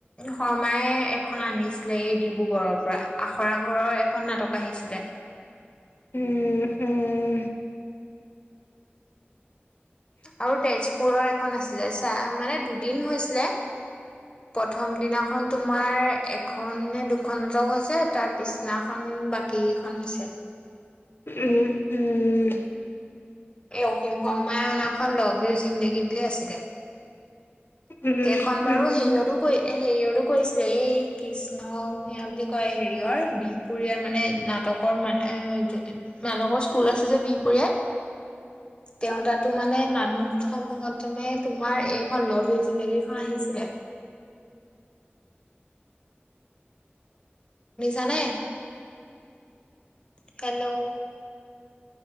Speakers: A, on the left (about 25°); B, on the left (about 65°).
A: শৰ্মাইে এখন আনিছিলে, এই ডিব্ৰুগড়ৰ পৰা আখৰা ঘৰৰ এখন নাটক আহিছিলে।
B: উম-উম।
A: আৰু তেজপুৰৰ এখন আছিলে। তাত মানে দুদিন হৈছিলে। প্ৰথম দিনাখন তোমাৰ এখন নে দুখন। দুখন নাটক হৈছে তাৰ পিছ পিছদিনাখন বাকী কিখন হৈছে।
B: উম-উম।
A: এই অস অসীম শৰ্মাই অনাখন লাভ ইউ জিন্দেগী । কি বুলি আছিলে ।
B: উম
A: কেইখন বাৰু
B: উম
A: হেৰিয়তো কৰি এ' হেৰিয়টো কৈছিলে এই কৃষ্ণ ভূঞা বুলি কয়, হেৰিয়ৰ বিহপুৰীয়াৰ মানে নাটকৰ মানে নাটকৰ স্কুল আছে যে বিহপুৰীয়াত। তেওঁ তাতো মানে নাট মহোৎসৱ খনত তেনে তোমাৰ এইখন লাভ ইউ জিন্দেগী খন আহিছিলে । দিছানে হেল্ল' ।